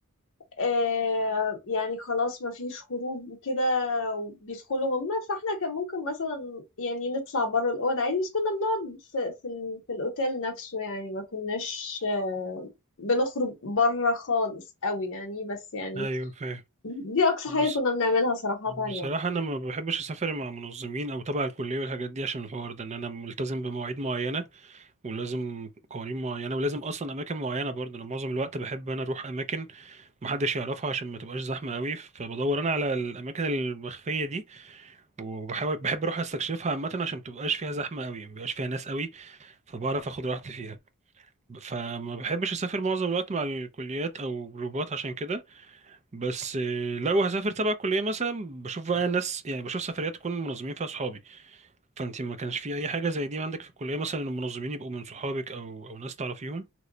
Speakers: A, on the left; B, on the right.
A: آه يعني خلاص ما فيش خروج وكده وبيدخلوا هم فاحنا كان ممكن مثلا يعني نطلع بره الأوضة عادي بس كنا بنقعد في, في, ال- في الأوتيل نفسه يعني ما كناش آه بنخرج بره خالص قوي يعني بس يعني
B: ايوه فاهم
A: دي أقصى
B: بس
A: حاجة كنا بنعملها صراحة يعني
B: بصراحه انا ما بحبش اسافر مع منظمين او تبع الكليه والحاجات دي عشان الحوار ده ان انا ملتزم بمواعيد معينه ولازم قوانين معينه ولازم اصلا اماكن معينه برضو انا معظم الوقت بحب انا اروح اماكن محدش يعرفها عشان ما تبقاش زحمه قوي فبدور انا على الاماكن المخفيه دي وبحاول بحب اروح استكشفها عامه عشان متبقاش فيها زحمه قوي مبيبقاش فيها ناس قوي فبعرف اخد راحتي فيها ب- فما بحبش اسافر معظم الوقت مع الكليات او جروبات عشان كده بس آه، لو هسافر تبع الكليه مثلا بشوف بقى ناس يعني بشوف سفريات تكون منظمين فيها صحابي فانت ما كانش في اي حاجه زي دي عندك في الكليه مثلا المنظمين يبقوا من صحابك او او ناس تعرفيهم